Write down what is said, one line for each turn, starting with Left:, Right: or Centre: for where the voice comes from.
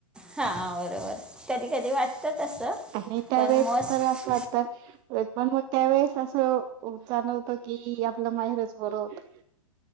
Centre: हा, बरोबर कधी कधी वाटत तसं.
Right: आणि त्यावेेळेस
Centre: पण मोस्ट
Right: तर असं वाटतं, पण मग त्यावेेळेस असं जाणव की आपलं माहेरच बर होतं,